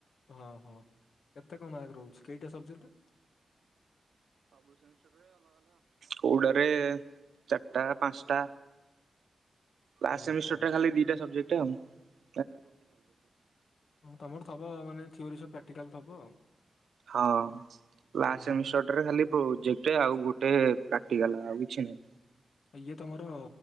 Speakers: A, on the left; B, on the right.
A: ହଁ ହଁ କେତେ କଣ ମାର୍କ ରହୁଛି କେଇଟା ସବଜେକ୍ଟ୍
B: କଉଡାରେ ଚାର୍ ଟା ପାଞ୍ଚ ଟା ଲାଷ୍ଟ
A: ଓହୋ
B: ସେମିଷ୍ଟର୍ ଟା ଖାଲି ଦିଟା ସବଜେକ୍ଟ୍ ଟ <unintelligible>
A: ତମର ଥବ ମାନେ ଥିଓରି ସବୁ <unintelligible> ଟିକାଲ୍ ଥବ ଆଉ
B: ହଁ ଲାଷ୍ଟ୍
A: ହୁଁ
B: ସେମିଷ୍ଟର୍
A: ହୁଁ ମା-
B: ଠାରେ ଖାଲି ପ୍ରୋଜେକ୍ଟ୍ ଗୋଟେ ଆଉ ଗୋଟେ ପ୍ରାକ୍ଟିକାଲ୍ ଆଉ କିଛି ନାହିଁ
A: ଇଏ ତମର